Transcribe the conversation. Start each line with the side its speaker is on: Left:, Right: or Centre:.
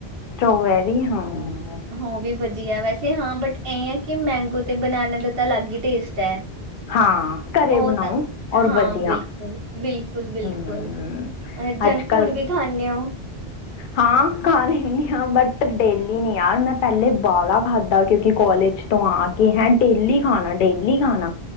Left: ਸਟੋਬੈਰੀ ਹਾਂ।
Right: ਹਾਂ ਵੀ ਵਧੀਆ ਵੈਸੇ ਹਾਂ ਬਟ ਐੰ ਕਿ ਮੈਂਗੋ ਤੇ ਬਨਾਨਾ ਦਾ ਤਾਂ ਅਲੱਗ ਹੀ ਟੇਸਟ ਹੈ।
Left: ਹਾਂ ਘਰੇ
Right: ਉਹ
Left: ਬਣਾਉ
Right: ਤਾ
Left: ਔਰ
Right: ਹਾਂ
Left: ਵਧੀਆ
Right: ਬਿਲਕੁਲ ਬਿਲਕੁਲ ਬਿਲਕੁਲ
Left: ਹਮ
Right: ਅ ਜੰਗ
Left: ਅੱਜ ਕੱਲ
Right: ਫੂਡ ਵੀ ਖਾਨੋ ਹੋ?
Left: ਹਾਂ ਖਾਂ ਲੈਂਨੀ ਆ ਬਟ, ਡੇਲੀ ਨੀ ਨੀ ਯਾਰ, ਮੈਂ ਪਹਿਲੇਂ ਵਾਲਾਹਲਾਂ ਖਾਧਾ ਕਿਉਂਕਿ ਕਾਲਜ ਤੋਂ ਆ ਕੇ ਹੈਂ ਡੇਲੀ ਖਾਣਾ ਡੇਲੀ ਖਾਣਾ